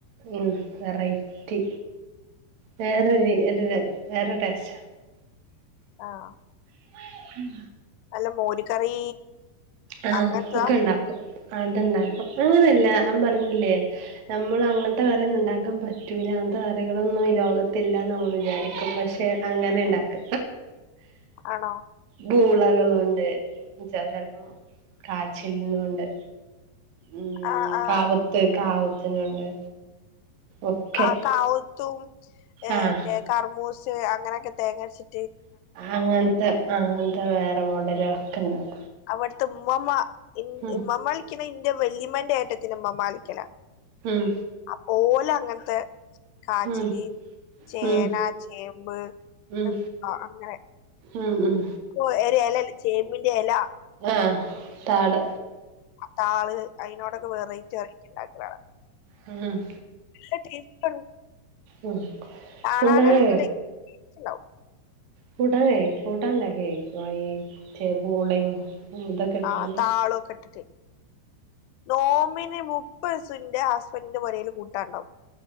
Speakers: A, on the right (about 50°); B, on the left (about 85°).
A: ഉഹ്മ് വെറൈറ്റി വേറെൊരിത് വേറെടെസ്റ്റ്
B: ആഹ
A: ഉമ്മ്മേ ഉം
B: അല്ല മോര് കറി...
A: ആഹ
B: അങ്ങൻത്തതാ
A: ഒക്കെ ഉണ്ടാക്കും അത്ണ്ടാക്കും അങ്ങനെയല്ല ഞൻ പറഞ്ഞില്ലേ നമ്മൾ അങ്ങനത്തെ കറിയൊന്നും ഉണ്ടാക്കാൻ പറ്റൂല അങ്ങനത്തെ കറികളൊന്നും ലോകത്തില്ലാ നമ്മൾ വിചാരിക്കും പക്ഷെ അങ്ങനെഇണ്ടാക്ക
B: ആണോ
A: പൂളകളുണ്ട് ചെലപ്പം കാച്ചിൽന്നുംണ്ട് ഉം
B: ആഹ് ആഹ്
A: കാവത്ത് കാവത്തിനുണ്ട് ഒക്കെ
B: ആ കാവുത്തുംഎ
A: ആഹ്
B: തേ കർമൂസ് അങ്ങനൊക്കെ തേങ്ങച്ചിട്ട്
A: അങ്ങനത്തെ അങ്ങനത്തെ വേറെ മോടല ഒക്കെ ഇണ്ടക്കും
B: അവിടുത്തെ ഉമ്മമാ എ
A: ഉം
B: ഉമ്മാളിക്കന ഇന്റെ വെള്ളിമന്റെ ഏറ്റത്തിന് ഉമ്മമാളിക്കന
A: ഉം
B: അപ്പൊ ഓലെ അങ്ങനത്തെ കാച്ചിലി
A: ഉം
B: ചേന
A: ഉം
B: ചേമ്പ് എത്ത്
A: ഉം
B: അങ്ങനെ
A: ഉം ഉം
B: ഒരു ഇലല്ലേ ചേമ്പിന്റെ ഇല
A: ആഹ് താട്
B: താള് അതിനോടൊക്കെ വെറൈറ്റി വെറൈറ്റി ഉണ്ടാക്കും വേറെ
A: ഹല <unintelligible>
B: അ പൂ <unintelligible>
A: ഉം
B: കാണാനല്ലോ
A: കൂട്ടാനേ കൂട്ടാൻ കൂട്ടാനു ഈ ച പൂടെയും ഇതൊ കിട്ടാണ്ട്
B: ആ താളൊക്കെ ഇട്ടിട്ട് നോമ്പിന് മുപ്പത് ദിവസൻ്റെ ഹസ്ബൻഡിന്റെ പുരൽ കൂട്ടാനുണ്ടാവും